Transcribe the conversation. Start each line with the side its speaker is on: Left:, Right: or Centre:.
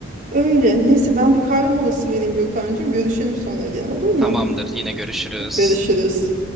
Right: Öyle. Neyse ben bir kahve molası vereyim Gökhan'cığım. Görüşelim sonra gene olur mu?
Centre: Tamamdır. Yine görüşürüz.
Right: Görüşürüz.